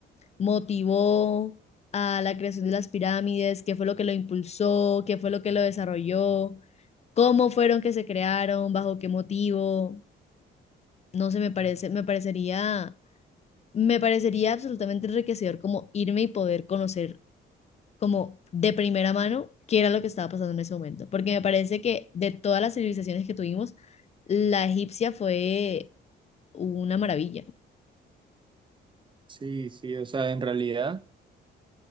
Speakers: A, on the left (about 35°); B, on the right (about 25°).
A: motivó a la creación de las pirámides, qué fue lo que lo impulsó, qué fue lo que lo desarrolló, cómo fueron que se crearon, bajo qué motivo. no sé, me parece, me parecería, me parecería absolutamente enriquecedor como irme y poder conocer como de primera mano qué era lo que estaba pasando en ese momento, porque me parece que de todas las civilizaciones que tuvimos, la egipcia fue una maravilla.
B: Sí, sí, o sea, en realidad